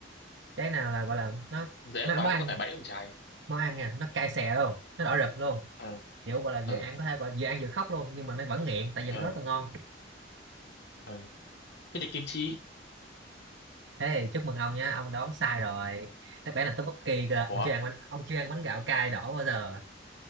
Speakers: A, on the right; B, on the left.
A: cái nào là gọi là nó,
B: dễ
A: nó
B: quá
A: món ăn
B: có phải bẫy ông trời
A: món ăn nha nó cay xè luôn nó đỏ rực luôn
B: ờ
A: kiểu gọi là
B: ờ
A: vừa ăn có thể gọi là vừa ăn vừa khóc luôn nhưng mà nó vẫn nghiện tại vì
B: ờ
A: nó rất là ngon
B: ờ thế thì kim chi
A: thế thì chúc mừng ông nha ông đoán sai rồi đáp án là tteokbokki cơ
B: ủa
A: ông chưa ăn bánh ông chưa ăn bánh gạo cay đỏ bao giờ